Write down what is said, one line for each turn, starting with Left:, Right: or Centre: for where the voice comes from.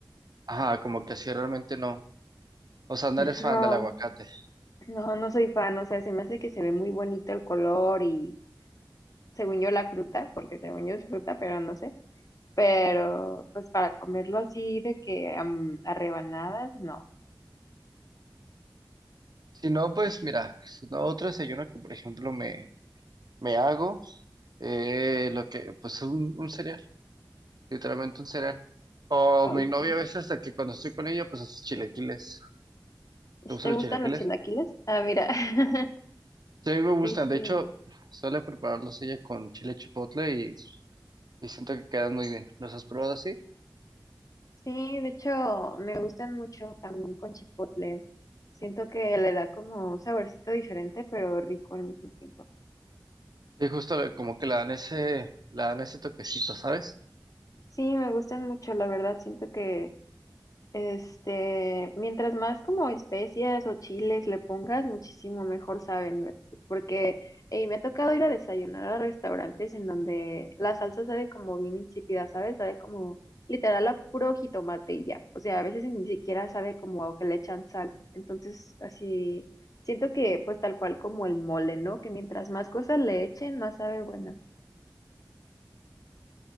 Right: Ajá, como que así realmente no. O sea, no eres
Left: No.
Right: fan del aguacate.
Left: No, no soy fan, o sea, se me hace que se ve muy bonito el color y según yo la fruta, porque según yo es fruta, pero no sé. Pero pues para comerlo así de que am, a rebanadas, no.
Right: Si no, pues mira, si no, otro desayuno que, por ejemplo, me, me hago, eh, lo que, pues un, un cereal, literalmente un cereal. O
Left: Ay,
Right: mi novia
Left: ¿sí
Right: a veces, de que cuando estoy con ella, pues hace chilaquiles. ¿Te gustan
Left: ¿te
Right: los
Left: gustan
Right: chilaquiles?
Left: los chilaquiles? Ah, mira. <laughs>
Right: Sí, a mí me gustan.
Left: Sí,
Right: De
Left: sí.
Right: hecho, suele prepararlos ella con chile chipotle y, y siento que quedan muy bien. ¿Los has probado así?
Left: Sí, de hecho me gustan mucho también con chipotle. Siento que le da como un saborcito diferente, pero rico al mismo tiempo.
Right: Sí, justo le- como que le dan ese, le dan ese toquecito, ¿sabes?
Left: Sí, me gustan mucho, la verdad, siento que Este, mientras más como especias o chiles le pongas, muchísimo mejor saben, ¿ves? porque ey, me ha tocado ir a desayunar a restaurantes en donde la salsa sabe como bien insípida, ¿sabes? Sabe como literal a puro jitomate y ya. O sea, a veces ni siquiera sabe como a que le echan sal. Entonces, así siento que pues tal cual como el mole, ¿no? Que mientras más cosas le echen, más sabe buena.